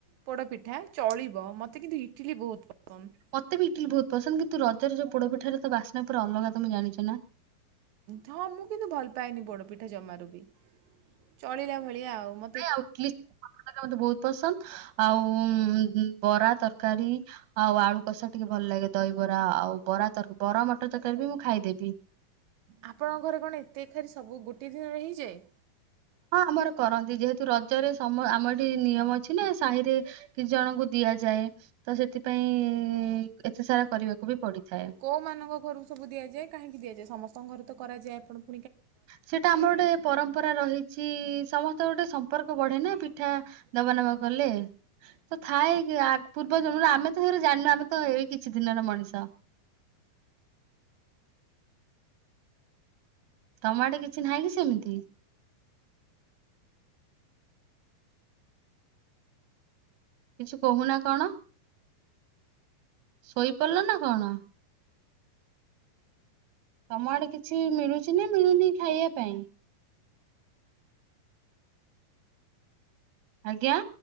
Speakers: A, on the right; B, on the right.
A: ପୋଡ଼ପିଠା ଚଳିବ ମୋତେ କିନ୍ତୁ ଇଟଲି ବହୁତ ପସନ୍ଦ।
B: ମତେ ବି ଇଟିଲି ବହୁତ ପସନ୍ଦ କିନ୍ତୁ ରଜ ରେ ଯୋଉ ପୋଡ ପିଠାର ତ ବାସ୍ନା ପୁରା ଅଲଗା ତମେ ଜାଣିଚ ନା?
A: ହଁ ମୁଁ କିନ୍ତୁ ଭଲ ପାଏନି ପୋଡ଼ପିଠା ଜମାରୁ ବି ଚଳିଲା ଭଳିଆ ଆଉ ମ
B: ନାଇଁ ଇଟିଲ <unintelligible> ମତେ ବହୁ ପସନ୍ଦ ଆଉ ବରା ତରକାରୀ ଆଉ ଆଳୁ କଷା ଟିକେ ଭଲ ଲାଗେ ଦହିବରା ଆଉ ବରା ତର ବରା ମଟର ତରକାରୀ ବି ମୁଁ ଖାଇଦେବି।
A: ଆପଣଙ୍କ ଘରେ କଣ ଏତେ ଖେର୍ ସବୁ ଗୋଟେ ଦିନରେ ହେଇଯାଏ?
B: ହଁ ଆମର କରନ୍ତି ଯେହେତୁ ରଜରେ ସମ ଆମର ଏଠି ନିୟମ ଅଛି ନା ସାହିରେ କିଛି ଜଣଙ୍କୁ ଦିଆଯାଏ ତ ସେଥିପାଇଁ ଇ ଏତେ ସାରା କରିବାକୁ ବି ପଡିଥାଏ।
A: କୋଉ ମାନଙ୍କ ଘରୁକୁ ସବୁ ଦିଆଯାଏ କାହିଁକି ଦିଆଯାଏ ସମସ୍ତଙ୍କ ଘରେ ତ କରାଯାଏ ପୋଡପି
B: ସେଇଟା ଆମର ଗୋଟେ ପରମ୍ପରା ରହିଛି ସମସ୍ତ ଗୋଟେ ସମ୍ପର୍କ ବଢେ ନା ପିଠା ଦବା ନବା କଲେ। ତ ଥାଏ କି ଆଗ୍ ପୂର୍ବ ଜନ୍ମରୁ ଆମେ ତ ସେଗୁରା ଜାଣିନୁ ଆମେ ତ ଏଇ କିଛି ଦିନର ମଣିଷ। ତମ ଆଡ଼େ କିଛି ନାହିଁ କି ସେମିତି? କିଛି କହୁନା କଣ ଶୋଇପଡ଼ିଲ ନା କଣ? ତମ ଆଡେ କିଛି ମିଳୁଛି ନା ମିଳୁନି ଖାଇବା ପାଇଁ। ଆଜ୍ଞା।